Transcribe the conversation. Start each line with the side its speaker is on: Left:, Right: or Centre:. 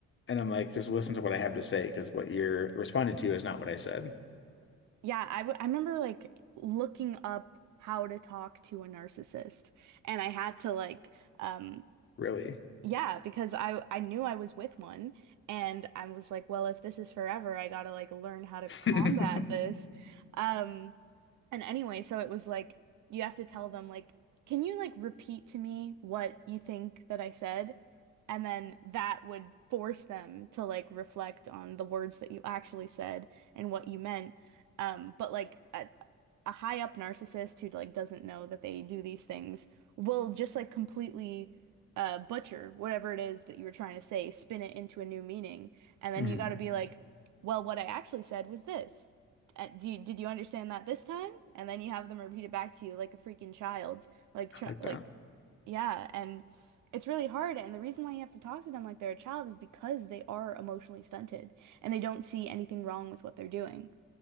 Left: And I'm like, just listen to what I have to say because what you're responding to is not what I said,
Right: Yeah, I w I remember like looking up how to talk to a narcissist and I had to like um
Left: really.
Right: Yeah, because I I knew I was with one and I was like, well, if this is forever, I gotta like learn how to
Left: <laughs>
Right: combat this. Um and anyway, so it was like you have to tell them like, can you like repeat to me what you think that I said? And then that would force them to like reflect on the words that you actually said and what you meant. Um, but like uh, a high up narcissist who like doesn't know that they do these things will just like completely uh butcher whatever it is that you were trying to say, spin it into a new meaning, and then
Left: hmm
Right: you got
Left: I
Right: to be like, well, what I actually said was this. Uh, do you, did you understand that this time? And then you have them repeat it back to you like a freaking child, like try,
Left: like
Right: like
Left: that.
Right: yeah, and it's really hard. And the reason why you have to talk to them like they're a child is because they are emotionally stunted and they don't see anything wrong with what they're doing.